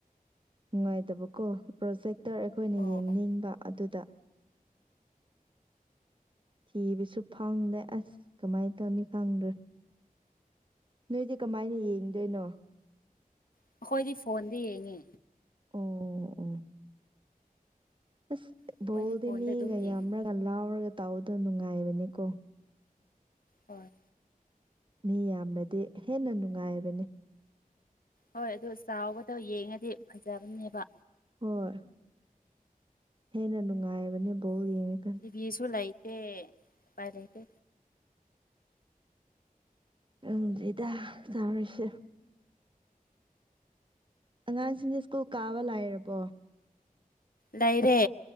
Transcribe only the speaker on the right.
ꯅꯨꯡꯉꯥꯏꯇꯕꯀꯣ ꯄ꯭ꯔꯣꯖꯦꯛꯇꯔ ꯑꯩꯈꯣꯏꯅ
ꯌꯦꯡꯅꯤꯡꯕ
ꯑꯗꯨꯗ ꯊꯤꯕꯁꯨ ꯐꯪꯗꯦ ꯑꯁ ꯀꯃꯥꯏꯅ ꯇꯧꯅꯤ ꯈꯪꯗ꯭ꯔꯦ ꯅꯣꯏꯗꯤ ꯀꯃꯥꯏꯅ ꯌꯦꯡꯗꯣꯏꯅꯣ
ꯑꯝ ꯑꯝ ꯑꯁ
ꯕꯣꯜꯗꯤ
ꯃꯤꯒ
ꯌꯥꯝꯔꯛ ꯂꯥꯎꯔꯒ ꯇꯥꯎꯗ ꯅꯨꯡꯉꯥꯏꯕꯅꯤꯀꯣ
ꯃꯤ ꯌꯥꯝꯃꯗꯤ ꯍꯦꯟꯅ ꯅꯨꯡꯉꯥꯏꯕꯅꯤ
ꯍꯣꯢ ꯍꯦꯟꯅ ꯅꯨꯡꯉꯥꯏꯕꯅꯦ ꯕꯣꯜ ꯌꯦꯡꯉꯀꯥꯟꯗ
ꯈꯪꯗꯔꯤꯗ ꯗꯧꯔꯤꯁꯦ ꯑꯉꯥꯡꯁꯤꯡꯅ ꯁ꯭ꯀꯨꯜ ꯀꯥꯕ ꯂꯥꯏꯔꯕꯣ